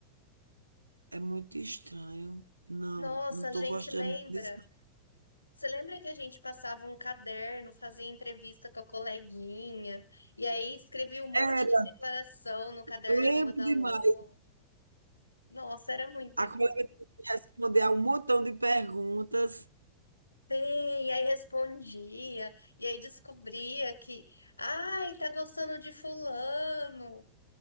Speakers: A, on the right; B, on the left.
A: É muito estranho. Não,
B: Nossa,
A: não estou
B: a gente
A: gostando
B: lembra.
A: disso, não.
B: Você lembra que a gente passava um caderno, fazia entrevista com a coleguinha, e aí escrevia um monte
A: Era,
B: de declaração no caderno
A: lembro
B: uma da
A: demais.
B: outra? Nossa, era muito
A: A colega
B: bom.
A: teve que responder a um montão de perguntas.
B: Sim, e aí respondia, e aí descobria que, ai, tá gostando de fulano.